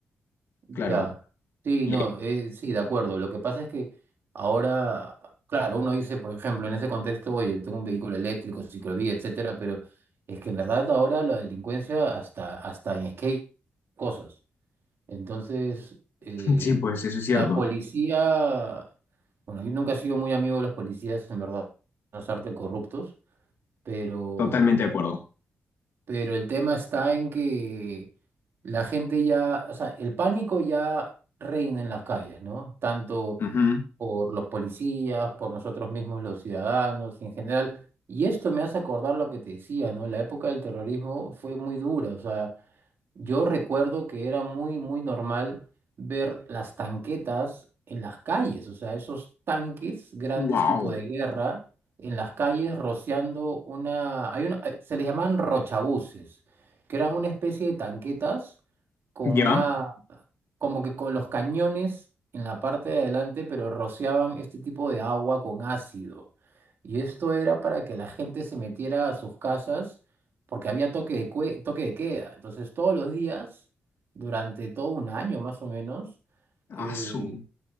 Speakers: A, on the right (about 65°); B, on the left (about 65°).
A: Ya,
B: claro. <laughs>
A: sí, no, eh, sí, de acuerdo. Lo que pasa es que ahora, claro, uno dice, por ejemplo, en ese contexto, oye, tengo un vehículo eléctrico, ciclovía, etcétera, pero es que en verdad ahora la delincuencia hasta, hasta en skate cosas. Entonces, eh,
B: Sí, pues, eso es cierto,
A: la policía, bueno, yo nunca he sido muy amigo de los policías, en verdad, las artes corruptos, pero
B: totalmente de acuerdo.
A: pero el tema está en que la gente ya, o sea, el pánico ya reina en las calles, ¿no? Tanto
B: Ujú.
A: por los policías, por nosotros mismos los ciudadanos en general. Y esto me hace acordar lo que te decía, ¿no? La época del terrorismo fue muy dura, o sea, yo recuerdo que era muy, muy normal ver las tanquetas en las calles, o sea, esos tanques grandes
B: Wow.
A: tipo de guerra en las calles rociando una... Hay una... hay- Se les llamaban rochabuses, que eran una especie de tanquetas con
B: Ya.
A: una... como que con los cañones en la parte de adelante, pero rociaban este tipo de agua con ácido. Y esto era para que la gente se metiera a sus casas porque había toque de, cue- toque de queda. Entonces, todos los días, durante todo un año más o menos, eh,
B: Asu.